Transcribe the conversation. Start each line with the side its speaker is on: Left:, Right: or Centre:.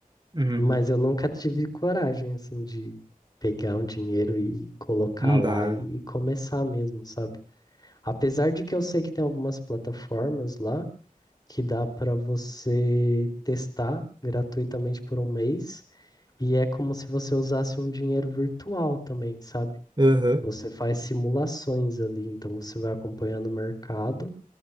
Right: Uhum.
Left: mas eu nunca tive coragem assim de pegar um dinheiro e colocar
Right: Não
Left: lá
Right: dá.
Left: e, e começar mesmo, sabe? Apesar de que eu sei que tem algumas plataformas lá que dá para você testar gratuitamente por um mês e é como se você usasse um dinheiro virtual também, sabe?
Right: Uhum.
Left: Você faz simulações ali, então você vai acompanhando o mercado.